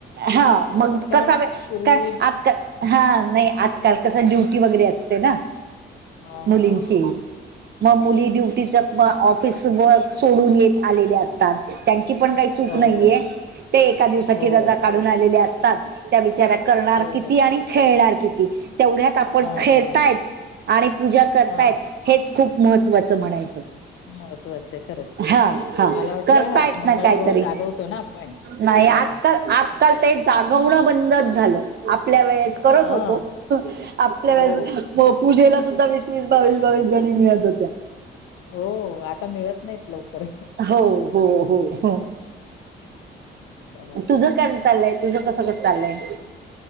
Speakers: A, on the right; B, on the left.
A: हा मग
B: नाही कारण
A: कसा काय
B: पूर्वी
A: आजकाल हा नाही आजकाल कस ड्युटी वगैरे असते ना,
B: हां,
A: मुलींची.
B: हां,
A: मग मुली ड्युटीच
B: हां.
A: ऑफिस वर्क सोडून येत आलेले असतात त्यांची पण काही चूक
B: हो,
A: नाहीये
B: हो,
A: ते एका दिवसाची
B: हो.
A: रजा काढून आलेले असतात त्या बिचाऱ्या करणार
B: बरोबर.
A: किती आणि खेळणार किती तेवढ्यात आ पण
B: हां,
A: खेळतायेत
B: हां,
A: आणि पूजा करतायेत
B: हां.
A: हेच खूप महत्त्वाचं म्हणायचं
B: महत्वाचं आहे खरंच.
A: हा हा
B: मला वाटलं
A: करतायेत
B: आप मंगळागौर
A: ना कायतरी
B: जागवतो ना आपण.
A: नाही
B: हां,
A: आजकाल आजकाल ते जागवणं बंदच झालं आपल्या वेळेस करत
B: हां.
A: होतो आपल्या वेळेस
B: हो,
A: पूजेला सुद्धा वीस वीस बावीस बावीस जणी मिळत होत्या
B: हो आता मिळत नाहीत लवकर
A: हो हो हो हो
B: त्याच्यामुळे.
A: तुझ क चालयय तुझं कसं कसं चालयय.